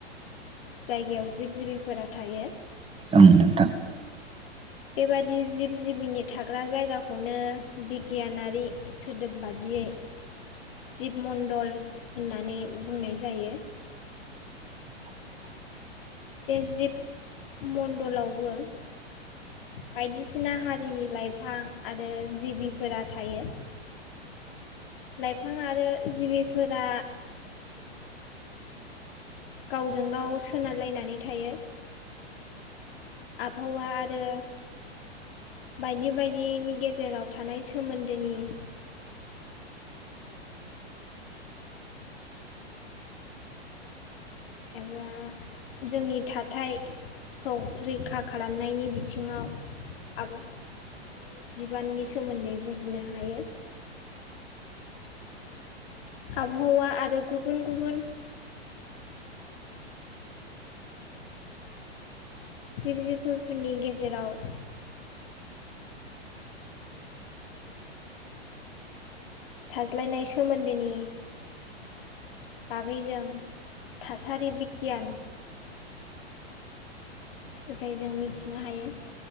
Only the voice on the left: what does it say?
जायगायाव जिब जिबिफोरा थायो।
बेबादि जिब जिबिनि थाग्रा जायगाखौनो बिगियानारि सोदोब बादि। जिबमण्डल होननानै बुंनाय जायो।
बे जिब मणडलावबो बायदिसिना हारिनि लाइफां आरो जिबिफोरा थायो। लाइफां आरो जिबिफोरा गावजों गाव सोनारलायनानै थायो। आबहावा आरो बायदि बायदिनि गेजेराव थानाय सोमोन्दोनि एबा जोंनि थाथाय खौ रैखा खालामनायनि बिथिङाव आब हवानि बिबाननि सोमोन्दै बुजिनो हायो।
आबहावा आरो गुबुन गुबुन जिब जिबफोरनि गेजेराव थाज्लायनाय सोमोन्दोनि बागैजों थासारि बिगियान। फ्राय जों मिथिनो हायो